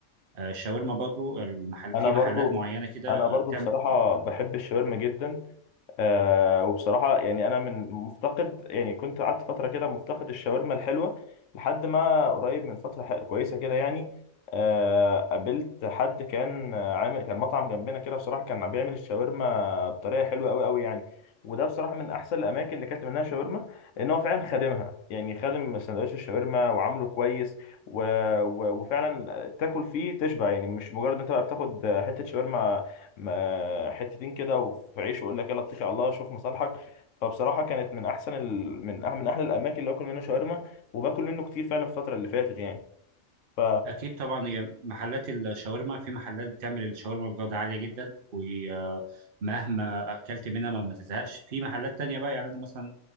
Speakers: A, on the right (about 50°); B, on the left (about 80°).
A: آه، الشاورما برضو المحل
B: انا
A: في محلات
B: برضو
A: معينه كده
B: انا
A: آه،
B: برضو
A: بتعمل
B: بصراحه بحب الشاورما جدا آه وبصراحة يعني أنا من مفتقد يعني كنت قعدت فترة كده مفتقد الشاورما الحلوة لحد ما قريب من فترة ح- كويسة كده يعني آه قابلت حد كان آه، عامل كان مطعم جنبنا كده بصراحة كان بيعمل الشاورما بطريقة حلوة أوي أوي يعني وده بصراحة من أحسن الأماكن اللي أكلت منها شاورما لأن هو فعلا خادمها يعني خادم سندوتش الشاورما وعامله كويس و... و... وفعلا تاكل فيه تشبع يعني مش مجرد أنت بقى بتاخد حتة شاورما ما- حتتين كده وفي عيش ويقول لك يلا اتكل على الله شوف مصالحك فبصراحه كانت من احسن ال... من أح... من احلى الاماكن اللي باكل منها شاورما وباكل منه كتير فعلا الفتره اللي فاتت يعني ف
A: اكيد طبعا هي محلات الشاورما في محلات بتعمل الشاورما بجوده عاليه جدا ومهما اكلت منها ما ما تزهقش في محلات تانية بقى يعني انا مثلا